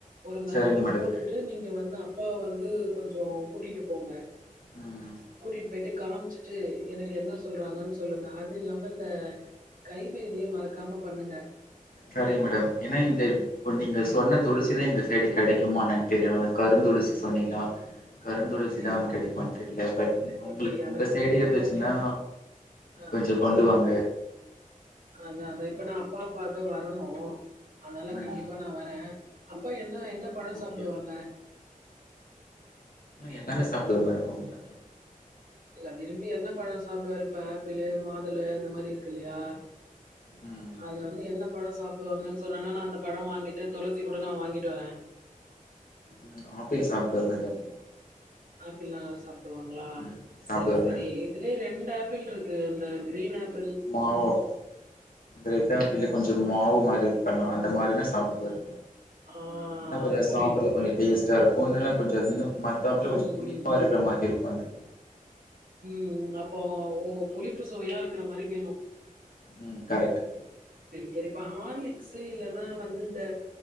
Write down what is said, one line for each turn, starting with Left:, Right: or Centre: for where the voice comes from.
Right: ஒரு நேரம்
Left: சரிங்க மேடம்
Right: போட்டுட்டு நீங்க வந்து அப் அப்பாவ வந்து கொஞ்சம் கூட்டிட்டு போங்க
Left: ம்
Right: கூட்டிட்டு போயிட்டு காம்ச்சுட்டு எனக்கு என்ன சொல்றாங்கன் சொல்லுங்க அது இல்லாம இந்த கைப்பேசிய மறக்காம பண்ணுங்க
Left: செரிங் மேடம் ஏனா இந்த ப் நீங்க சொன்ன தொளசி ந்த எங்க சைடு கிடைக்கமான்ன தெரில அந்த கருந்தொளசி சொன்னீங்களா கருந்துளசிதாம்
Right: அப்படியா?
Left: கிடைக்குமா தெர்ல பட் உங்களுக்
Right: இப்ப எனக்குமே
Left: உங்க சைடு இருந்துச்சுன்னா
Right: வேலை ஆ
Left: கொஞ்ச கொண்டு
Right: சொல்லுங்க.
Left: வாங்க
Right: அதான், இப்ப
Left: ம்
Right: நா அப்பாவ பாக்க வரணும் அதனால
Left: ம்
Right: கண்டிப்பா நா வரே அப்பா என்ன என்ன பழம்
Left: ஓகே
Right: சாப்டுவாங்க
Left: எல்லாமே சாப்டுவே மேடம் அவுங்க
Right: இல்ல விரும்பி என்ன பழம் சாப்டுவாரு இப்ப ஆப்பிளு மா துள அந்த மாரி இருக்கு இல்லையா
Left: ம்
Right: அதுல வந்து என்ன பழம் சாப்டுவாங்கன் சொன்னா நா நா அந்த பழம் வாங்கிட்டு துளசி கூட நா வாங்கிட்டு வரே
Left: ம் ஆப்பிள் சாப்டுவார் மேடம்
Right: ஆப்பிள் நல்லா சாப்டுவாங்களா
Left: ம் சாப்டுவாரு
Right: சரி சரி
Left: மேடம்
Right: இதுலயே ரெண்டா ஆப் ஆப்பிள் இருக்கு இந்த கிரீன் ஆப்
Left: மாவப் ரெட் ஆப்பிளு கொஞ்சம் மாவு மாரி இருக் ஆமா அந்த மாரி தா சாப்டுவாரு
Right: ஆ
Left: இன்னு கொஞ்சம்
Right: புரியுது
Left: சாப்றதுக்
Right: புரியுது
Left: கொஞ்சம் டேஸ்ட்டா இருக்கும் இன்னு கொஞ்சம் இன் மத்த ஆப்பிளு
Right: ம்
Left: கொஞ்சம் புளிப்பா
Right: ம்
Left: இருக்கற மாதிரி இருக்கும் அது
Right: ம் ம் அப்போ ஓ புளிப்பு சுவையா இருக்கற மாரி வேணும்
Left: ம் கரெக்ட்டு
Right: சரிப்ப ஹார்லிக்ஸ்ஸு இல்லன்னா வந்து இந்த